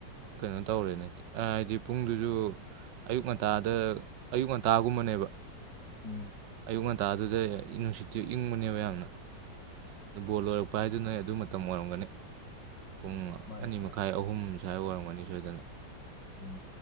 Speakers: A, on the right; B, on the left.
A: ꯀꯩꯅꯣ ꯇꯧꯔꯦꯅꯦ ꯍꯥꯏꯗꯤ ꯄꯨꯡꯗꯨꯁꯨ ꯑꯌꯨꯛ ꯉꯟꯇꯥꯗ ꯑꯌꯨꯛ ꯉꯟꯇꯥꯒꯨꯝꯕꯅꯦꯕ
B: ꯎꯝ
A: ꯑꯌꯨꯛ ꯉꯟꯇꯥꯗꯨꯗ ꯌꯅꯤꯚꯔꯁꯤꯇꯤ ꯏꯪꯕꯅꯦꯕ ꯌꯥꯝꯅ ꯑꯗꯨ ꯕꯣꯜ ꯂꯣꯏꯔꯛꯄ ꯍꯥꯏꯗꯨ ꯅꯣꯏ ꯑꯗꯨ ꯃꯇꯝ ꯑꯣꯏꯔꯝꯒꯅꯤ ꯄꯨꯡ
B: ꯃꯥꯅꯦ
A: ꯑꯅꯤ
B: ꯃꯥꯅꯦ
A: ꯃꯈꯥꯏ ꯑꯍꯨꯝ ꯁ꯭ꯋꯥꯏ ꯑꯣꯏꯔꯝꯒꯅꯤ ꯁꯣꯏꯗꯅ
B: ꯎꯝ